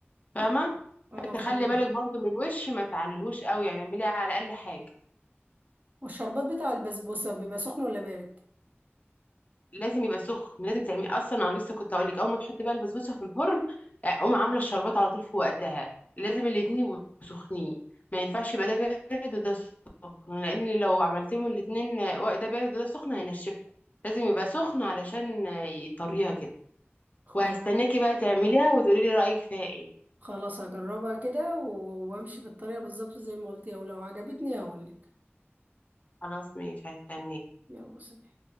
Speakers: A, on the left; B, on the right.
A: فاهمه
B: اه آه،
A: فانت
B: فاهم
A: خلي بالك برضو من الوش ما تعلهوش قوي يعني اعمليها على اقل حاجه
B: والشربات بتاع البسبوسة بيبقى سخن ولا بارد
A: لازم يبقى سخن لازم تعملي اصلا انا لسه كنت اقول لك اول ما تحطي بقى البسبوسه في الفرن آه، قومي عامله الشربات على طول في وقتها لازم الاتنين يبقوا سخنين ما ينفعش يبقى ده بارد وده سخن لان لو عملتيهم الاتنين آه، وقت ده بارد وده سخن هينشفها لازم يبقى سخن علشان آه، يطريها كده
B: خلاص
A: وهستناكي بقى تعمليها وتقولي لي رايك فيها ايه
B: خلاص هجربها كده و- وامشي بالطريقة بالظبط زي ما قلتي ولو عجبتني هقولك
A: خلاص ماشي هستناكي
B: يلا سلام